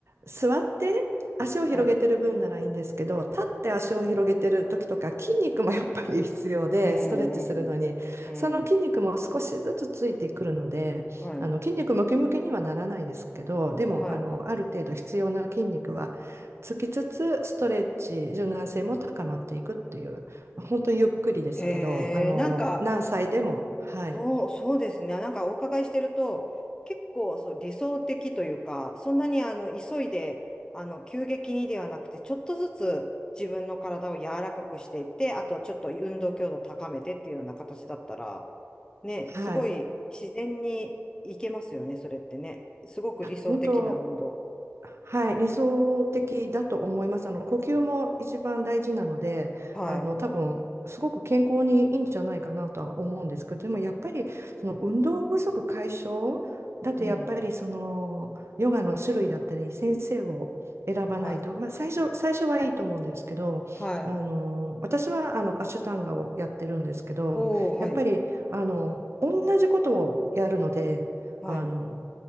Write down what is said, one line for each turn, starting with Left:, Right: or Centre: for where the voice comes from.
Right: 座って足を広げてる分ならいいんですけど立って足を広げてる時とか筋肉もやっぱり必要でストレッチするのにその筋肉も少しずつついてくるのであの筋肉ムキムキにはならないですけどでもあのある程度必要な筋肉はつきつつストレッチ柔軟性も高まっていくっていう本当にゆっくりですけどあの何歳でもはい
Left: はい。うん。うん。うん。はい。はい。へえ、なんか、そう、そうですね。なんかお伺いしてると、結構そう理想的というか、そんなにあの急いで、あの急激にではなくて、ちょっとずつ自分の体を柔らかくしていって、あとちょっと運動強度高めてっていうような形だったら、ね、すごい自然にいけますよね、
Right: はい
Left: それってね。すごく理想的な運動。
Right: 本当はい、理想的だと思います。あの呼吸も一番大事なので、
Left: はい。
Right: あの多分すごく健康にいいんじゃないかなとは思うんですけど、でもやっぱりその運動不足解消だとやっぱりそのヨガの種類だったり先生を選ばないと、
Left: うん。は
Right: まあ、最初、最初はいいと思うんですけど、
Left: い。はい。
Right: あの私はあのアシュタンガをやってるんですけど、
Left: おー、
Right: やっぱりあの同じことをやるので、
Left: はい。はい。
Right: あの